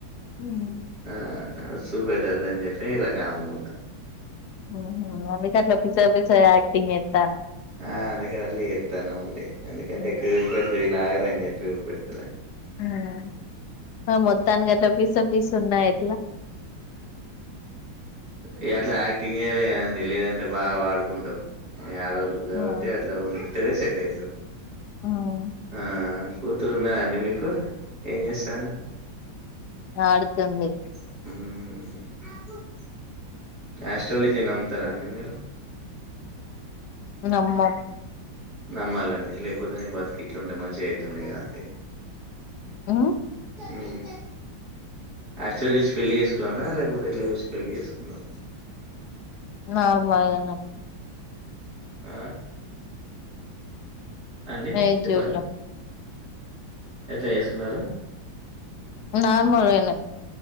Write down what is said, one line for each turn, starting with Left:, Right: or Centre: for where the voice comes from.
Left: ఉహు
Right: ఆహ్ చూపెట్టొద్దాని చెప్పి ఇలా కామ్ గా ఉన్నా.
Left: అవునా అందుకే అట్లా పిచ్చగా పిచ్చగా యాక్టింగ్ చేత్.
Right: ఆహ్ అందుకే అట్ల చేతున్నముందే అందుకుంటే
Left: ఉమ్
Right: ఎక్కువ చూపెడతే వీళ్ళు ఆగారని చెప్పి చూపెడుతలేను.
Left: ఉమ్. మొత్తాన్గాట్లా పిస పిస ఉన్నాయ ఎట్లా.
Right: ఇంకా అట్లా యక్. టియేలండి లేదంటే బాగా వాడుకుంటారు మీ ఆడోళ్ళు కాబట్టి
Left: ఉమ్
Right: అట్లా ఉన్. ఉంటనే సెట్ అయితరు
Left: ఉమ్.
Right: ఆహ్. కూతురు ఉన్నయ అండి మీకు ఏం చేస్తారు.
Left: ఆడుతుంది.
Right: హుమ్. ఆస్ట్రాలజీ నమ్ముతరా అండి మీరు.
Left: నమ్మం
Right: నమ్మాలండి లేకపోతే మీ బతికిట్లు ఉండే మంచిగా అవుతుందిగా అండి
Left: ఉమ్
Right: ఉమ్ ఆస్ట్రాలజీ చూసి పెళ్లి చేసుకున్నారా లేపోతే ఎట్లా చూసి పెళ్లి చేసుకున్నారు
Left: నార్మల్గానే
Right: ఆహ్. అండి
Left: ఎయిట్
Right: చెప్పండ్.
Left: జూబ్లో
Right: ఎట్లేస్కున్నరా.
Left: నార్మల్గానే.